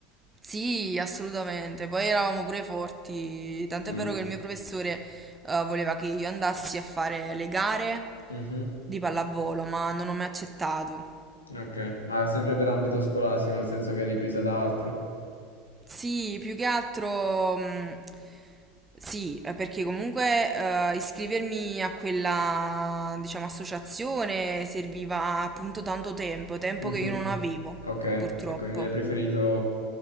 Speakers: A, on the right (about 15°); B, on the left (about 85°).
A: Sì, assolutamente. Poi eravamo pure forti. Tant'è
B: Mm.
A: vero che il mio professore eh, voleva che io andassi a fare le gare
B: Mhm.
A: di pallavolo, ma non ho mai accettato.
B: Ok. Ma sempre per ambito scolastico, nel senso che è ripresa da altro.
A: Sì, più che altro. mh, sì, eh, perché comunque eh, iscrivermi a quella, diciamo, associazione serviva appunto tanto tempo, tempo
B: Mhm.
A: che io non avevo,
B: Ok,
A: purtroppo.
B: e quindi hai preferito...